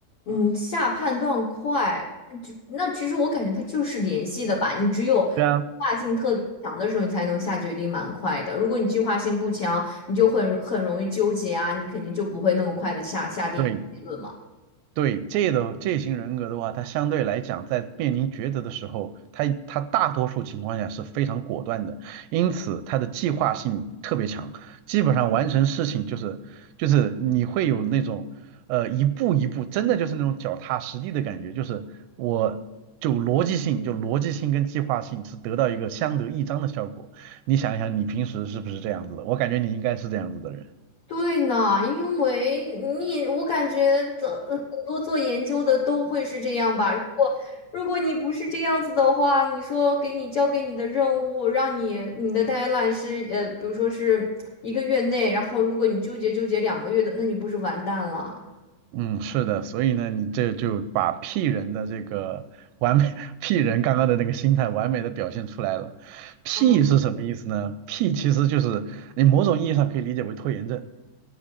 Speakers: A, on the left (about 75°); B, on the right (about 80°).
A: 嗯，下判断快，就那其实我感觉他就是联系的吧。你只有计划性特别强的时候，
B: 对啊。
A: 你才能下决定蛮快的。如果你计划性不强，你就会很容易纠结啊，你肯定就不会那么快的下下定一个结论嘛。
B: 对对，这的这型人格的话，他相对来讲，在面临抉择的时候，他他大多数情况下是非常果断的，因此他的计划性特别强，基本上完成事情就是就是你会有那种呃一步一步，真的就是那种脚踏实地的感觉，就是我就逻辑性就逻辑性跟计划性是得到一个相得益彰的效果。你想一想，你平时是不是这样子的？我感觉你应该是这样子的人。
A: 对呢，因为你也我感觉的很多做研究的都会是这样吧。如果如果你不是这样子的话，你说给你交给你的任务，让你你的 deadline 是呃，比如说是一个月内，然后如果你纠结纠结两个月的，那你不是完蛋了？
B: 嗯，是的，所以呢，你这就把 P 人的这个完美 <laughs>，P 人刚刚的那个心态完美的表现出来了。P
A: 啊？
B: 是什么意思呢？P 其实就是你某种意义上可以理解为拖延症。